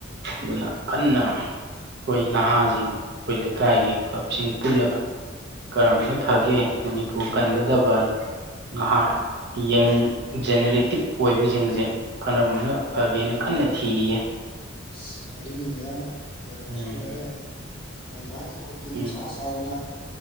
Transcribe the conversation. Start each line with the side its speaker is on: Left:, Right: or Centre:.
Right: ꯑꯗꯨꯅ ꯀꯟꯅ ꯑꯩꯈꯣꯏ ꯅꯍꯥꯁꯤꯡ ꯑꯩꯈꯣꯏ ꯂꯩꯀꯥꯏꯒꯤ ꯀ꯭ꯂꯕꯁꯤꯡ ꯄꯨꯜꯂꯒ ꯀꯔꯝꯕꯅ ꯐꯒꯦ ꯃꯅꯤꯄꯨꯔ ꯀꯟꯒꯗꯕ ꯅꯍꯥ ꯌꯪ ꯖꯦꯅꯦꯔꯦꯇꯤꯞ ꯑꯣꯏꯕꯁꯤꯡꯁꯦ ꯀꯔꯝꯕꯅ ꯐꯒꯦꯅ ꯈꯟꯅ ꯊꯤꯔꯤꯌꯦ
Left: ꯑꯁ ꯑꯗꯨꯅꯤꯅꯦ ꯏꯌꯥꯝꯕ ꯈꯣꯏꯔꯝꯗꯁꯨ
Right: ꯎꯝ
Left: ꯂꯣꯏꯔꯦ ꯃꯥꯏ ꯃꯥ ꯀꯩ ꯔ꯭ꯔꯨꯄꯤꯤꯡꯁ
Right: ꯎꯝ
Left: ꯁꯥꯙꯅ